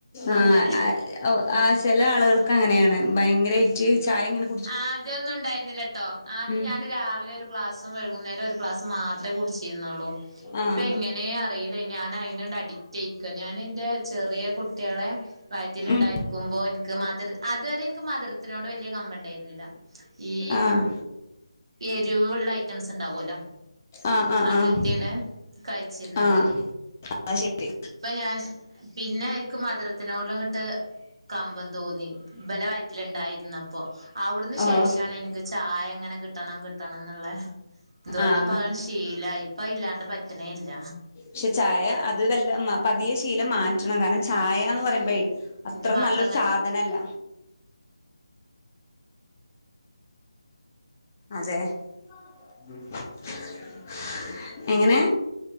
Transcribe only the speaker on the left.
ആഹ് ഒ ആഹ് ചെല ആള്കൾക്കങ്ങെനെയാണ് ഭയങ്കരേയ്റ്റ് ചായെങ്ങെനെ
ഉം
ആഹ്
ഉം
ആഹ്
ആഹ് ആഹ്
ആഹ്
ആഹ് അത് ശരി
ഓഹ്
ആഹ്
പക്ഷെ ചായ അതിദല്ലമ്മ പതിയെ ശീലം മാറ്റണം കാരണം ചായ എന്ന് പറയുമ്പഴേ അത്ര
നല്ലൊരു
സാധനല്ല അതേ <unintelligible> എങ്ങെനെ